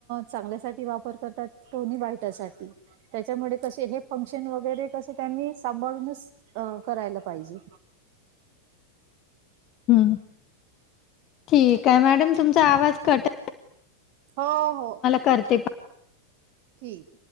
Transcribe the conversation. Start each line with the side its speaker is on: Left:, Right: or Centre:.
Right: चांगल्यासाठी वापर करतात कोणी वाईटासाठी. त्यांच्यामुळे कसे हे फंक्शन वगैरे कसे त्यांनी सांभाळूनच- अं करायला पाहिजे.
Left: हम् ठीक आहे. मॅडम तुमचा आवाज कट-
Right: हो हो
Left: करते
Right: ठीक